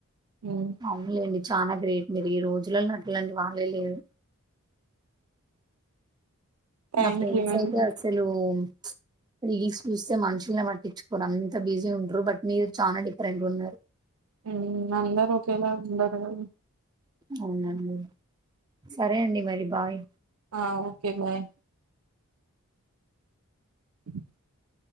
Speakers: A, on the right; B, on the right.
A: హ్మ్.
B: అవునులేండీ చానా గ్రేట్ మీరు ఈ రోజలల్లో ఇట్లాంటి వాళ్ళే లేరు.
A: థ్యాంక్
B: నా ఫ్రెండ్స్
A: యూ అండి
B: అయితే అసలు, ప్చ్ రీల్స్ చూస్తే మనుషులనే పట్టించుకోరు అంత్ త బిజీ ఉంటరు బట్, మీరు చానా డిఫరెంట్ ఉన్నరు.
A: ఉమ్ అందరు ఒకేలా ఉండరు కదా.
B: అవునండి, సరే అండి మరి బాయ్.
A: ఆ ఓకే బాయ్. <unintelligible>